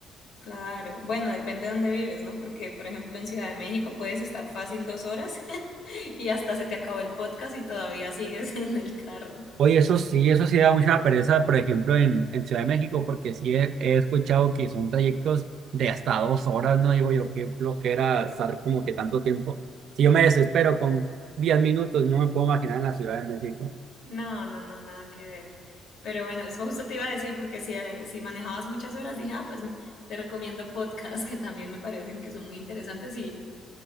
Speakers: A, on the left; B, on the right.
A: Claro. Bueno, depende de dónde vives, ¿no? Porque, por ejemplo, en Ciudad de México puedes estar fácil dos horas <laughs> y hasta se te acabó el podcast y todavía sigues <laughs> en el carro.
B: Oye, eso sí, eso sí da mucha pereza, por ejemplo, en, en Ciudad de México, porque sí he, he escuchado que son trayectos de hasta dos horas, ¿no? Digo yo, qué flojera estar como que tanto tiempo. Si yo me desespero con 10 minutos, no me puedo imaginar en la Ciudad de México.
A: No, no, no, nada que ver. Pero bueno, eso justo te iba a decir, porque si, eh, si manejabas muchas horas, dije, ah, pues te recomiendo podcasts <laughs> que también me parecen que son muy interesantes y